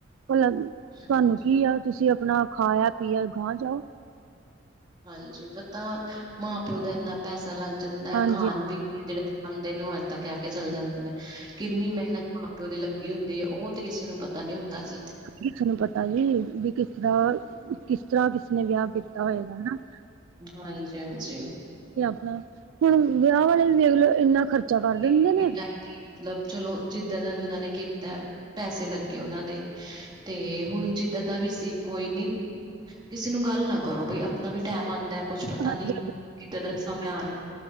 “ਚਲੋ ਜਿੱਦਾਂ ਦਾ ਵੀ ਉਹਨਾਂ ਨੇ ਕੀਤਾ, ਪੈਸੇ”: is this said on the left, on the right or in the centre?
Right